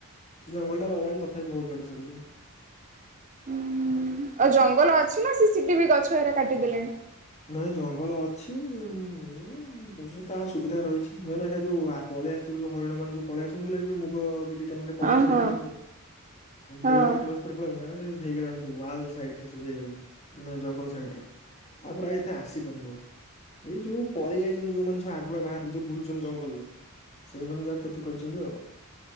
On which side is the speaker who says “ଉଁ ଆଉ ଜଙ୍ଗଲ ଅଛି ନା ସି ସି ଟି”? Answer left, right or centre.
Right